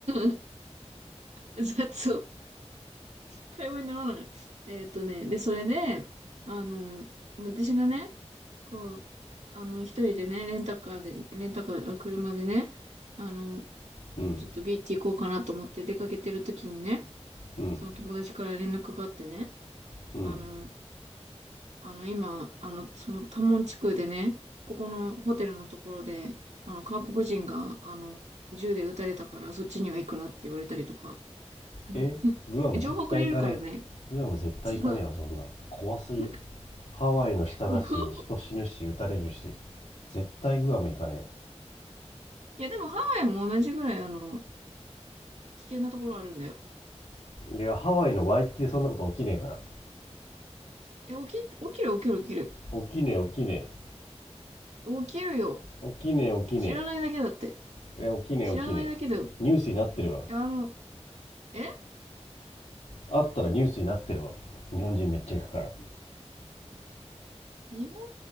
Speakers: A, on the right; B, on the left.
A: ん <laughs> 雑音。会話にならない。えっとね、で、それで、あの、私がね、こう、あの、一人でね、レンタカーで、レンタカー、あ車でね、あの、
B: うん
A: ちょっとビーチ行こうかなと思って出かけてる時にね、
B: うん
A: その友達から連絡があってね、
B: うん
A: あの、あの、今、あの、そのタモン地区でね、ここのホテルのところで、あの、韓国人が、あの、銃で撃たれたから、そっちには行くなって言われたりとか。<laughs>
B: えグアム絶対行かね
A: 情報くれるからね。
B: えグアム絶対行かねえわそんな怖すぎ
A: その <laughs>
B: ハワイの下だし人死ぬし撃たれるし
A: 情報
B: 絶対グアム行かね
A: いや、でもハワイも同じぐらい、あの、危険なところあるんだよ。
B: え。いや、ハワイのワイキキでそんなこと起きねえから。
A: え、起き、起きる、起きる、起きる。
B: 起きねえ、起きねえ。
A: 起きるよ。
B: 起きねえ、起きね
A: 知らないだけだって。
B: え。いや、起きねえ、
A: 知らないだけだよ。
B: 起きねえ。ニュースになってるわ。
A: いや、あの、え
B: あったらニュースになってるわ。日本人めっちゃ行くから。
A: 日本